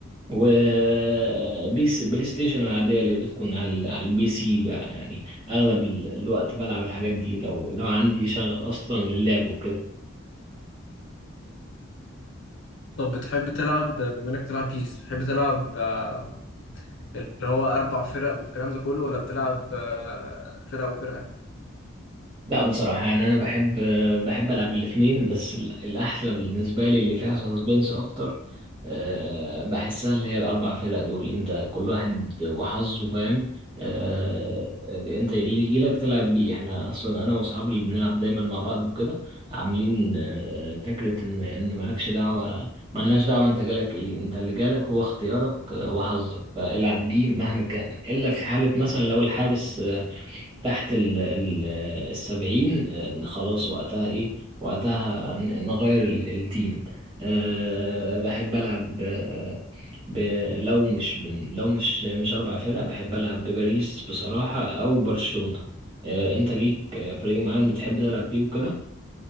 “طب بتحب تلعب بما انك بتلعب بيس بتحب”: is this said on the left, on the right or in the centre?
Left